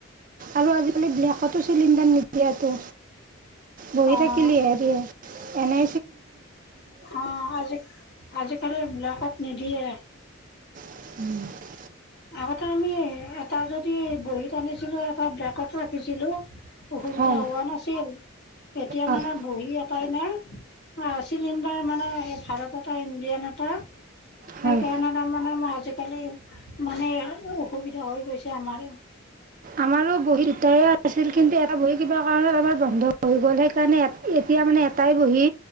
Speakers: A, on the right; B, on the left.
A: আৰু আজিকালি, ব্লেকতো চিলিণ্ডাৰ নিদিয়েটো, বহি
B: অ
A: থাকিলি হে দিয়ে। এনে।
B: অ', আজি, আজিকালি ব্লেকত নিদিয়ে।
A: উম।
B: আগতে আমি, এটা যদি বহীত আনিছিলোঁ, এটা ব্লেকত ৰাখিছিলোঁ। অসুবিধা
A: হয়
B: হোৱা নাছিল, এতিয়া
A: হয়
B: মানে, বহী এটাই না। অ', চিলিণ্ডাৰ মানে, এই ভাৰত এটা, ইণ্ডিয়ান এটা।
A: হয়
B: সেইকাৰণে, তাৰমানে আজিকালি মানে, অসুবিধা হৈ গৈছে আমাৰ।
A: আমাৰো বহী দুটাৰে আছিল, কিন্তু এটা বহী কিবা কাৰণত, এবাৰ বন্ধ হৈ গ'ল, সেইকাৰণে এ এতিয়া মানে এটাই বহী,